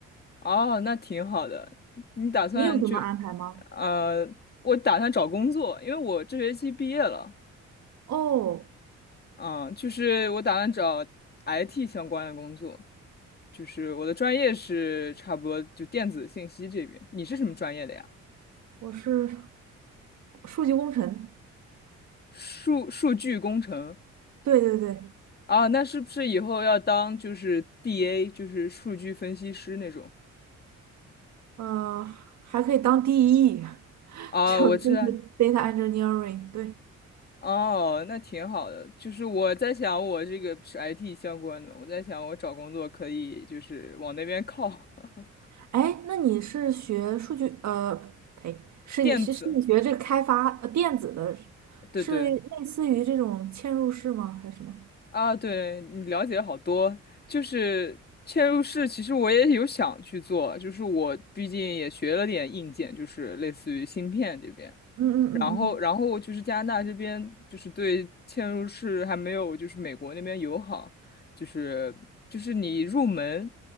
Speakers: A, on the left (about 30°); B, on the right (about 65°).
A: 哦，那挺好的，你打算就
B: 你有什么安排吗？
A: 呃，我打算找工作，因为我这学期毕业了，
B: 哦，
A: 嗯，就是我打算找 IT 相关的工作，就是我的专业是差不多就电子信息这边，你是什么专业的呀？
B: 我是数据工程，
A: 数数据工程。
B: 对对对，
A: 啊，那是不是以后要当就是 DA，就是数据分析师那种？
B: 呃，还可以当 DE，<laughs>
A: 啊，
B: 就就是
A: 我知道。
B: data engineering，对。
A: 哦，那挺好的。就是我在想，我这个是 IT 相关的，我在想我找工作可以就是往那边靠。<laughs>
B: 哎，那你是学数据呃，呸，是你是是你学这个开发呃电子的，
A: 电子，对对
B: 是类似于这种嵌入式吗？还是什么？
A: 啊，对你了解好多。就是嵌入式，其实我也有想去做，就是我毕竟也学了点硬件，就是类似于芯片这边。
B: 嗯嗯嗯
A: 然后，然后就是加拿大这边就是对嵌入式还没有就是美国那边友好，就是就是你入门